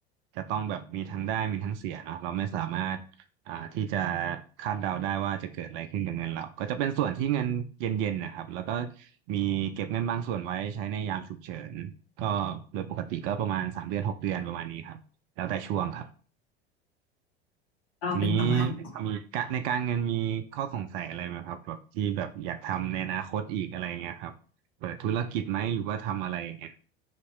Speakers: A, on the right (about 40°); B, on the left (about 60°).
A: จะต้องแบบมีทั้งได้มีทั้งเสียเนาะเราไม่สามารถอ่าที่จะคาดเดาได้ว่าจะเกิดอะไรขึ้นกับเงินเราก็จะเป็นส่วนที่เงินเย็นๆนะครับแล้วก็มีเก็บเงินบางส่วนไว้ใช้ในยามฉุกเฉินก็โดยปกติก็ประมาณสามเดือนหกเดือนประมาณนี้ครับแล้วแต่ช่วงครับ
B: ก็เป็นประมาณนี้
A: ทีนี้มีกะในการเงินมีข้อสงสัยอะไรไหมครับแบบที่แบบอยากทำในอนาคตอีกอะไรเงี้ยครับเปิดธุรกิจไหมหรือว่าทำอะไรยังไง